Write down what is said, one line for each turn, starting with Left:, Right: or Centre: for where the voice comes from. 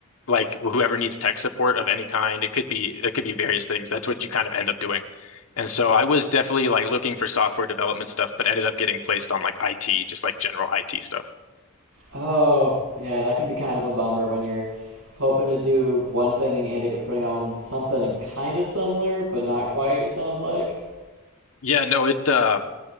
Left: like whoever needs tech support of any kind. It could be it could be various things. That's what you kind of end up doing. And so I was definitely like looking for software development stuff, but ended up getting placed on like IT, just like general IT stuff.
Right: Oh, yeah, that can be kind of a bummer when you're hoping to do one thing and you end up putting on something kind of similar, but not quite, it sounds like.
Left: Yeah, no, it uh